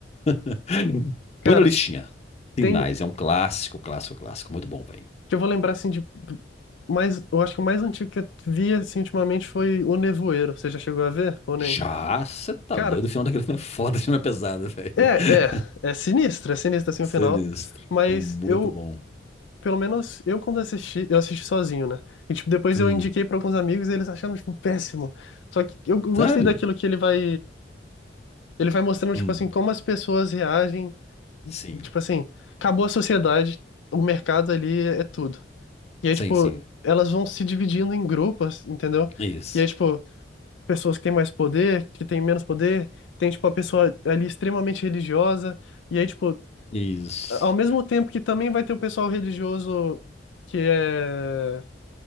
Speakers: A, on the left; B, on the left.
A: <laughs>
B: Cara,
A: Põe na listinha. Sinais,
B: tem...
A: é um clássico, clássico, clássico. Muito bom, velho.
B: que Eu vou lembrar, assim, de... do- Mais, eu acho que o mais antigo que eu vi, assim, ultimamente foi O Nevoeiro. Você já chegou a ver ou nem?
A: Já, você tá
B: Cara,
A: doido. O final daquele filme é foda, <laughs> o filme é pesado, velho.
B: é,
A: <laughs>
B: é. É sinistro, é sinistro, assim,
A: Sinistro.
B: o final. Mas
A: Muito
B: eu,
A: bom.
B: Pelo menos eu quando assisti, eu assisti sozinho, né? E tipo, depois
A: Hum,
B: eu indiquei pra alguns amigos e eles acharam tipo péssimo. Só que eu gostei
A: sério?
B: daquilo que ele vai ele vai mostrando
A: Hum,
B: tipo assim como as pessoas reagem,
A: sim.
B: tipo assim, acabou a sociedade, o mercado ali é tudo. E aí
A: Sim,
B: tipo,
A: sim.
B: elas vão se dividindo em grupos, entendeu?
A: Isso.
B: E aí tipo, pessoas que têm mais poder, que têm menos poder, tem tipo a pessoa ali extremamente religiosa, e aí tipo,
A: Isso.
B: ao mesmo tempo que também vai ter o pessoal religioso que é